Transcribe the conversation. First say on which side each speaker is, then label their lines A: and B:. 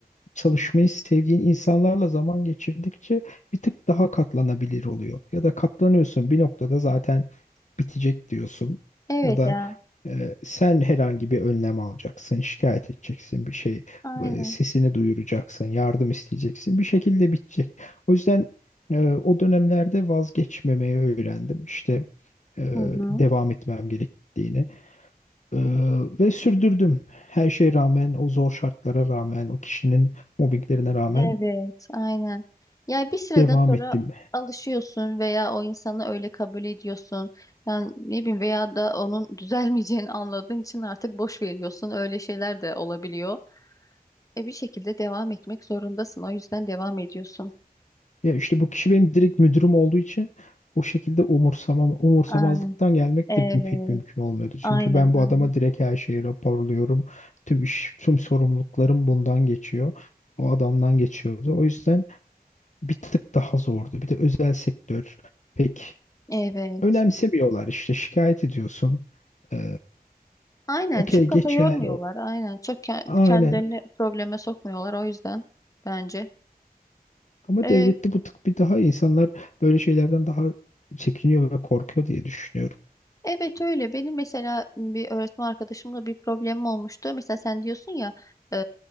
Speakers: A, on the left (about 50°); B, on the left (about 20°).
A: çalışmayı sevdiğin insanlarla zaman geçirdikçe bir tık daha katlanabilir oluyor. Ya da katlanıyorsun bir noktada zaten bitecek diyorsun.
B: Evet
A: Ya da
B: ya.
A: e, sen herhangi bir önlem alacaksın, şikayet edeceksin bir şey,
B: Aynen.
A: e, sesini duyuracaksın, yardım isteyeceksin. Bir şekilde bitecek. O yüzden e, o dönemlerde vazgeçmemeyi öğrendim. İşte e,
B: Hı hı.
A: devam etmem gerektiğini. Ee, ve sürdürdüm. Her şeye rağmen, o zor şartlara rağmen, o kişinin mobbinglerine rağmen
B: Evet, aynen. Yani bir süreden
A: devam
B: sonra
A: ettim.
B: alışıyorsun veya o insanı öyle kabul ediyorsun. Yani ne bileyim veya da onun <laughs> düzelmeyeceğini anladığın için artık boş veriyorsun. Öyle şeyler de olabiliyor. E bir şekilde devam etmek zorundasın. O yüzden devam ediyorsun.
A: Ya işte bu kişi benim direkt müdürüm olduğu için o şekilde umursamam, umursamazlıktan
B: Aynen.
A: gelmek
B: Evet.
A: de pek mümkün olmuyordu. Çünkü
B: Aynen,
A: ben
B: aynen.
A: bu adama direkt her şeyi raporluyorum. Tüm iş, tüm sorumluluklarım bundan geçiyor. O adamdan geçiyordu. O yüzden bir tık daha zordu. Bir de özel sektör pek
B: Evet.
A: önemsemiyorlar işte şikayet ediyorsun. Ee,
B: Aynen
A: okey
B: çok kafa
A: geçer
B: yormuyorlar. Aynen çok ke-
A: Aynen.
B: kendilerini probleme sokmuyorlar o yüzden bence.
A: Ama
B: E,
A: devlette bu tık bir daha insanlar böyle şeylerden daha çekiniyor ve korkuyor diye düşünüyorum.
B: Evet öyle. Benim mesela bir öğretmen arkadaşımla bir problemim olmuştu. Mesela sen diyorsun ya e,